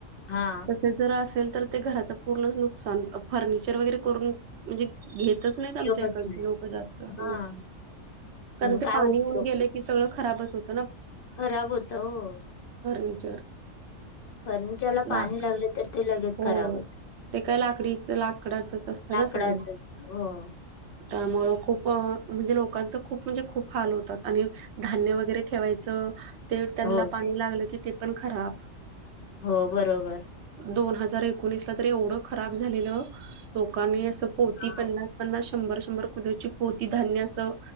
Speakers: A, on the left; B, on the right.
A: हा
B: तसे जर असेल तर ते घराचं पूर्ण नुकसान फर्निचर वगैरे करून म्हणजे घेतच नाहीत
A: उपयोगच
B: आमच्या इकडचे
A: नाही
B: लोक जास्त हम्म
A: हा
B: कारण ते
A: काय
B: पाणी
A: उपयोग
B: येऊन गेलं की सगळं खराबच होतं ना
A: खराब होतं हो..
B: फर्निचर
A: फर्निचरला पाणी
B: ला
A: लागले तर ते लगेच
B: हो
A: खराब होतय.
B: ते काय लाकडीच लाकडाचच असतं
A: लाकडाच
B: ना सगळं
A: असतं हो
B: त्यामुळं खूप म्हणजे लोकांच खूप म्हणजे खूप हाल होतात आणि धान्य वगैरे ठेवायचं ते त्यांना
A: हो
B: पाणी
A: ते
B: लागलं की ते पण खराब
A: हो बरोबर
B: दोन हजार एकोणीसला तरी एवढं खराब झालेलं लोकांनी असं पोती
A: हा
B: पन्नास पन्नास शंभर- शंभर कुदरची पोती धान्य असं